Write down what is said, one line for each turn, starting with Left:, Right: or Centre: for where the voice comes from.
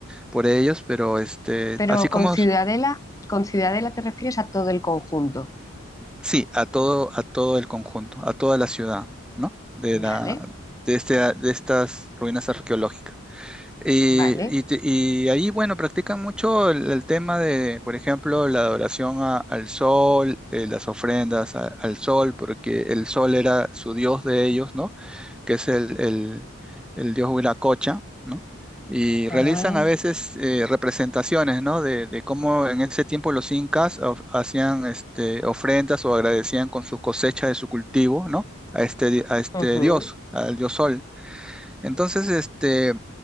Centre: por ellos, pero este,
Left: Pero
Centre: así como,
Left: con Ciudadela,
Centre: s-
Left: con Ciudadela te refieres a todo el conjunto.
Centre: sí, a todo, a todo el conjunto, a toda la ciudad, ¿no? De
Left: Vale.
Centre: la, de este, de estas ruinas arqueológicas. Y,
Left: Vale.
Centre: y te- y ahí, bueno, practican mucho el, el tema de, por ejemplo, la adoración a- al sol, eh, las ofrendas a- al sol, porque el sol era su dios de ellos, ¿no? Que es el, el, el dios Huiracocha, ¿no? Y
Left: Ah,
Centre: realizan a veces eh, representaciones, ¿no? De, de cómo en ese tiempo los incas of- hacían este, ofrendas o agradecían con su cosecha de su cultivo, ¿no? A este, di- a este
Left: ujú,
Centre: dios, al dios sol. Entonces, este,